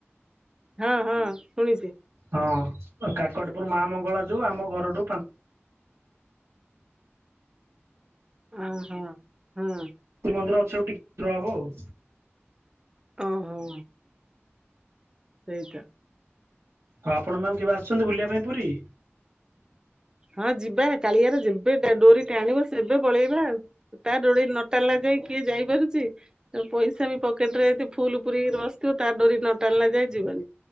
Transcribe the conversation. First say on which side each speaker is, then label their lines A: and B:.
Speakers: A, on the right; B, on the right.
A: ହଁ ହଁ, ଶୁଣିଚି।
B: ହଁ, କାକଟପୁର ମା ମଙ୍ଗଳା ଯୋଉ ଆମ ଘରଠୁ ପାଞ୍ଚ
A: ଓ ହୋ, ହଁ।
B: ମନ୍ଦିର ଅଛି, ଆଉ ଟିକେ ଦୂର ହବ ଆଉ।
A: ଓ ହୋ। ସେଇଟା।
B: ହଁ, ଆପଣ ମ୍ୟାାମ କେବେ ଆସୁଛନ୍ତି ବୁଲିବା ପାଇଁ ପୁରୀ?
A: ହଁ ଯିବା, କାଳିଆର ଯେବେ ଡୋରି ଟାଣିବ ସେବେ ପଳେଇବା ଆଉ। ତା ଡୋଳି ଇ ନଟାଣିବା ଯାଏ କିଏ ଯାଇପାରୁଚି? ପଇସା ବି ପକେଟ ରେ ଏଇତି ଫୁଲ ପୁରେଇକି ରି ବସିଥିବ, ତା ଡୋରି ନ ଟାଣିଲା ଯାଏଁ ଯିବନି।